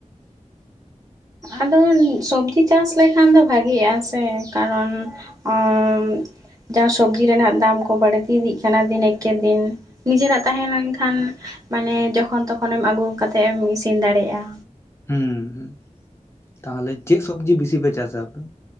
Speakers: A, on the right (about 30°); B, on the left (about 20°).
A: ᱟᱫᱚ ᱥᱚᱵᱡᱤ ᱪᱟᱥ ᱞᱮᱠᱷᱟᱱ ᱫᱚ ᱵᱷᱟᱜᱮᱜᱼᱟ ᱥᱮ ᱠᱟᱨᱚᱱ ᱚᱸᱜᱻ ᱡᱟᱦᱟᱸ ᱥᱚᱵᱡᱤ ᱨᱮᱱᱟᱜ ᱫᱟᱢ ᱠᱚ ᱵᱟᱹᱲᱛᱤ ᱤᱫᱤᱜ ᱠᱟᱱᱟ ᱫᱤᱱ ᱮᱠᱮ ᱫᱤᱱ ᱱᱤᱡᱮᱨᱟᱜ ᱛᱟᱦᱮᱸ ᱞᱮᱱᱠᱷᱟᱱ ᱢᱟᱱᱮ ᱡᱚᱠᱷᱚᱱ ᱛᱚᱠᱷᱚᱱᱮᱢ ᱟᱹᱜᱩ ᱠᱟᱛᱮᱫ ᱮᱢ ᱤᱥᱤᱱ ᱫᱟᱲᱮᱜᱼᱟ।
B: ᱦᱩᱸ ᱦᱩᱸ ᱛᱟᱞᱦᱮ ᱪᱮᱫ ᱥᱚᱵᱽᱡᱤ ᱵᱤᱥᱤ ᱯᱮ ᱪᱟᱥᱟ ᱟᱯᱮ?